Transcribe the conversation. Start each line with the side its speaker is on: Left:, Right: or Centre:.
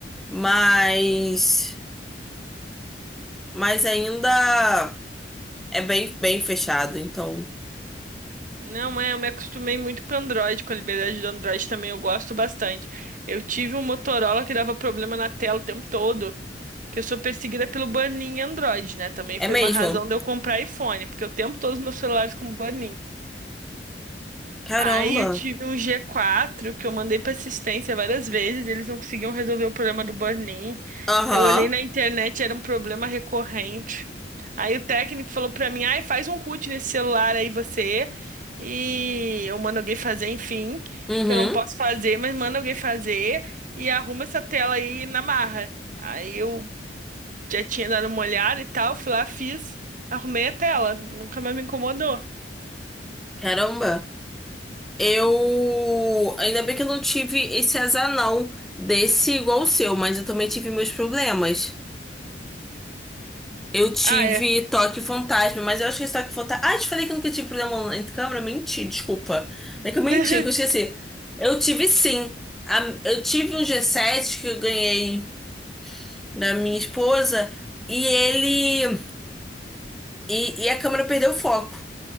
Centre: mas mas ainda é bem bem fechado, então
Right: Não é, eu me acostumei muito com Android, com a liberdade do Android também eu gosto bastante. Eu tive um Motorola que dava problema na tela o tempo todo, que eu sou perseguida pelo burn-in em Android, né? Também
Centre: é
Right: foi
Centre: mesmo.
Right: uma razão de eu comprar iPhone, porque o tempo todo os meus celulares com burn-in.
Centre: Caramba.
Right: Aí eu tive um g quatro que eu mandei pra assistência várias vezes, eles não conseguiam resolver o problema do burn-in.
Centre: Aham.
Right: Eu olhei na internet, era um problema recorrente. Aí o técnico falou pra mim: "Ai, faz um root nesse celular aí você". E eu mando alguém fazer, enfim,
Centre: Uhum.
Right: que eu não posso fazer, mas manda alguém fazer e arruma essa tela aí na marra. Aí eu já tinha dado uma olhada e tal, fui lá, fiz, arrumei a tela, nunca mais me incomodou.
Centre: Caramba. Eu ainda bem que eu não tive esse azar não desse igual o seu, mas eu também tive meus problemas. Eu tive
Right: Ah, é.
Centre: toque fantasma, mas eu acho que esse toque fantasma. Ah, te falei que eu nunca tive problema entre câmera? Menti, desculpa. Não é que eu menti,
Right: <laughs>
Centre: que eu esqueci. Eu tive sim. A- Eu tive um G7 que eu ganhei da minha esposa e ele. E, e a câmera perdeu o foco.